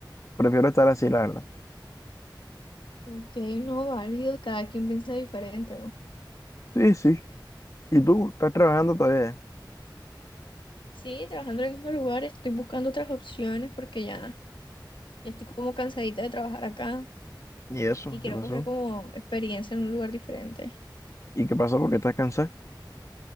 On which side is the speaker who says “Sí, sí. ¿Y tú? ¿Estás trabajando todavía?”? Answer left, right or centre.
Left